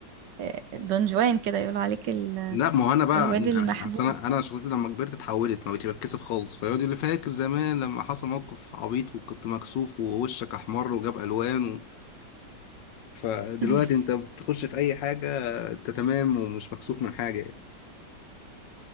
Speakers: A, on the right; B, on the left.
A: آه، دون جوان كده يقولوا عليك ال-
B: لا ما هو انا بقى
A: الواد
B: إن-
A: المحبوب
B: انا يعني أصل انا انا شخصيتي لما كبرت اتحولت ما بقتش بتكسف خالص فيقعد يقول لي فاكر زمان لما حصل موقف عبيط وكنت مكسوف ووشك احمر وجاب الوان و... فدلوقتي
A: <laughs>
B: انت بتخش في اي حاجه انت تمام ومش مكسوف من حاجه يعني